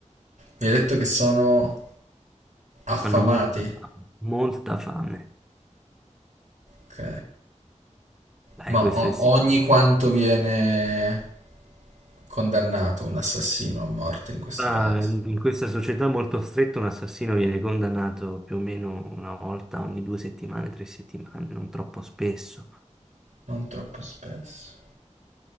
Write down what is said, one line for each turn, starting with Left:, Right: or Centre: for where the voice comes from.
Right: Mi hai detto che sono affamati?
Centre: Hanno molta fame, molta fame.
Right: Ok.
Centre: Dai,
Right: Ma
Centre: questo
Right: o-
Centre: è sì.
Right: ogni quanto viene condannato un assassino a morte in questo
Centre: Ah,
Right: paese?
Centre: in questa società molto stretta un assassino viene condannato più o meno una volta ogni due settimane, tre settimane, non troppo spesso.
Right: Non troppo spesso.